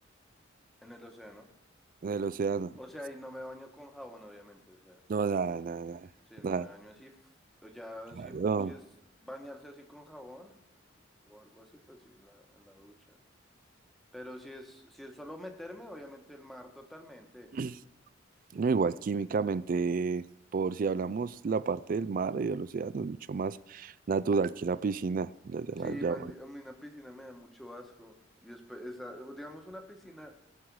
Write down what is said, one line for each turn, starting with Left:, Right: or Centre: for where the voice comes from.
Centre: en el océano.
Right: En el océano.
Centre: O sea, y no me baño con jabón, obviamente, o sea,
Right: No, nada, nada, nada,
Centre: sí, no
Right: nada,
Centre: me baño así. f- o Ya,
Right: claro.
Centre: si,
Right: No,
Centre: si es bañarse así con jabón o, o algo así, pues sí, en la, en la ducha. Pero si es, si es solo meterme, obviamente el mar totalmente.
Right: <clears throat> No, igual químicamente, por si hablamos la parte del mar y del océano, es mucho más natural que la piscina. la- la-
Centre: Sí,
Right: la- ya,
Centre: mal- a mí una piscina me da mucho asco. Y después, esa- digamos, una piscina.